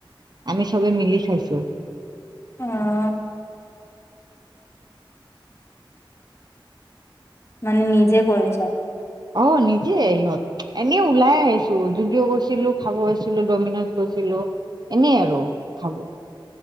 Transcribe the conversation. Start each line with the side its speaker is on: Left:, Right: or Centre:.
Right: আমি চবে মিলি খাইছোঁ
Left: অহ মানে নিজে কৰিছা
Right: অহ নিজে ইহঁত এনেও ওলাই আহিছোঁ যদিও গৈছিলোঁ খাব গৈছিলোঁ ডমিনজ গৈছিলোঁ এনেই আৰু খালো